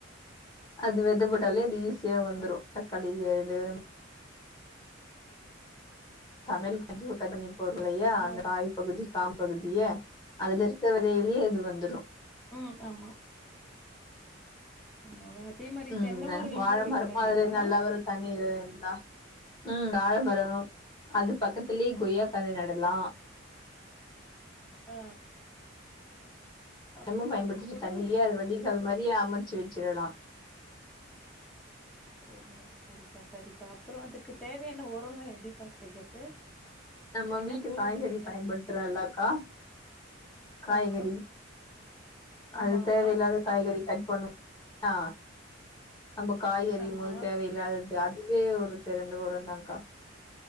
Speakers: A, on the left; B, in the centre.
A: அது வெத போட்டாலே அது ஈஸியா வந்துரு தக்காளி ஏடு தமிழ் வந்து <unintelligible> அந்த
B: ஆ
A: காய் பகுதி கா பகுதியே அதுல இருக்க வெதைலயே இது வந்துரு
B: ம் ஆமா ஆமாவா அதே மாரி
A: ம்
B: தென்ன
A: ந்தா
B: மரல்லா
A: வாழ
B: கூட வைக்கலா
A: மரமு அதுல
B: இல்லப்பா
A: நல்லா வரு தண்ணி இ இருந்தா ம் வாழமரோ அது பக்கத்துலயே கொய்யாக் கன்ன நடலா
B: ஆ அப்போ
A: மும் பயன்படுத்திட்டு
B: அதுக்கு உரம்
A: தண்ணியே அது வடிகால் மாரியே அமைச்சு வச்சிடலா
B: ஓ சரிப்பா சரிப்பா அப்புறோ அதுக்கு தேவையான ஒரோ லா எப்டிப்பா செய்யறது
A: நம்ம
B: என்ன
A: வீட்டு
B: போடுவீங்க
A: காய்கறி
B: நீங்க
A: பயன்படுத்துறோலக்கா காய்கறி
B: ஆமா ஆமா
A: அது தேவை இல்லாத காய்கறி கட் பண்ணும் ஆ நம்ப காய் அரியும்
B: ஆமா
A: போது தேவையில்லாத அதுவே ஒரு தெரிந்த உர தா கா